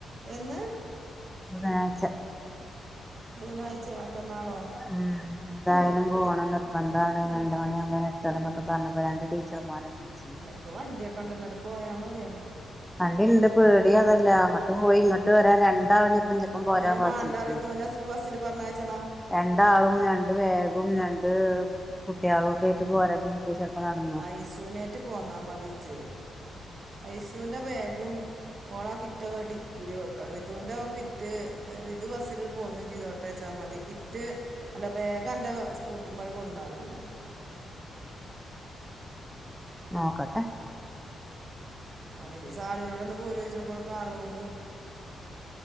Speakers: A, on the right; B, in the centre.
A: എന്ന്
B: ബുധനാഴ്‌ച്ച
A: ബുധനാഴ്ചയോ മറ്റന്നാളോ
B: ആഹ് എന്തായാലും പോണം നിർബന്ധാണ് രണ്ട് മണിയവുമ്പോ അവടത്തണം ന്നൊക്കെ പറഞ്ഞ്പ്പ രണ്ട് ടീച്ചർമാരാണ് വിളിച്ചീനെ
A: ക്ക് വണ്ടിയൊക്കെ ഒണ്ടല്ലോ അങ്ങട്ട് പോയാ മതിയല്ലോ
B: അന്റെ ഇന്റെ പേടി അതെല്ല മ അങ്ങട്ട് പോയി ഇങ്ങട്ട് വരാൻ രണ്ടാളും ചെലപ്പം ഇന്റപ്പം പോരാം
A: അതിന്
B: വാസിപിടിച്ചുവെ
A: മാണ്ട റിദുവിനെ ബസ്സിൽ പറഞ്ഞയച്ചളാ
B: രണ്ടാളും രണ്ട് ബ്യാഗും രണ്ട് കുട്ടികളു ഒക്കെ ആയിട്ട് പോരാ ഇക്ക് ചെലപ്പം കാണും
A: ഐഷുനേറ്റ് പോന്നാ മതി ഇജ്ജ് ഐഷൂന്റ ബ്യാഗും ഓളാ കിറ്റൊക്കെ ഡിക്കീല് വെക്കാ റിദൂന്റെ കിറ്റ് റിതു ബസ്സിലിണ്ട് പോന്നും ചെയ്തോട്ടെ ത്തയ്ച്ചാമതി കിറ്റ് അല്ല ബേഗ് അന്റെ സ്കൂട്ടിമ്മല്കൊട്ന്നാലും മതി
B: നോക്കട്ടെ
A: അല്ലെങ്കി സാലൂനോട് ഒന്നു പോരോയ്ച്ചോക്കാ ഓളെ കാറും കൊണ്ട്